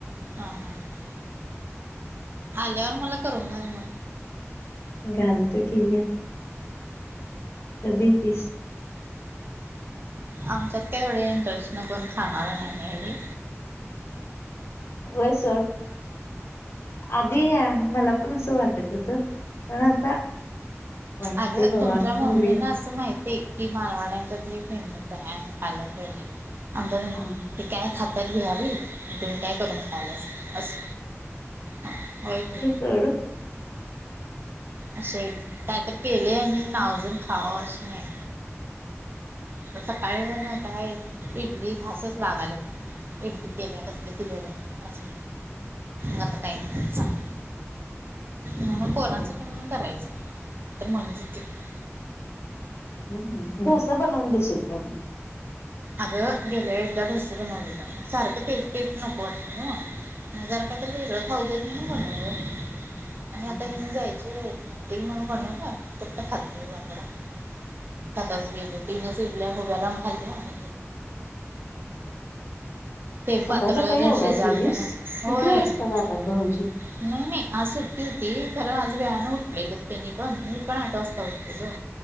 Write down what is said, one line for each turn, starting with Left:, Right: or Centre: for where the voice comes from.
Right: हा हा ह आल्यावर मला करून घाल मग.
Left: गलते की या ताबेतीस
Right: आमचा तेवढे इंटरेस्ट नाही कोण खाणार नाही आहे.
Left: वे सर. आधी मला पण असं वाटत होत पण आता. वाटते
Right: आज
Left: बाबा
Right: तुमच्या
Left: खाऊया
Right: मम्मीना असं माहिती. ते की मारवाड्यांच्यात हे फेमस आहे आणि खाला पाहिजे आम
Left: हा.
Right: ते काय खातात बिहारी आणि तुम्ही काय करून खायला अस अस हा होय की
Left: इनऑडिबल
Right: असं काय तर केले आणि नावजून खावं अशी नाही आता सकाळी ना काय इडली घासच लागालत इडली केल्या कसली किलोबा असून मत काय सांग? म्हण
Left: असं
Right: पोरांसाठी
Left: नाही.
Right: म्हणून करायचं तर म्हणज तिकून.
Left: ह डोसा बनवून देशील का म.
Right: आता गेले एकदा ड्रस बनवलेला मग सारखं ते तेस् नको वाटती न. मग जरा काहीतरी वेगळं खाऊ देत म्हणून म्हनवल आणि
Left: हा.
Right: आता हे मी जायचे आहेत. ख म्हणून म्हण ना कुठ्ट खातातोय बापडा. सताच गेल तीनच इडल्या उभ्याराम खाल्ल्या आणि ते
Left: सकाळी
Right: पात्र
Left: सकाळी
Right: अजून
Left: एवढा
Right: शिजाल
Left: पिलीस
Right: त ना होय
Left: किती वाजता
Right: नाही
Left: जातात भाऊजी
Right: नाही आज सुट्टी होती खरं आज वेयानें उठलेलं त्यांनी पण मी पण आठ वाजता उठलेलो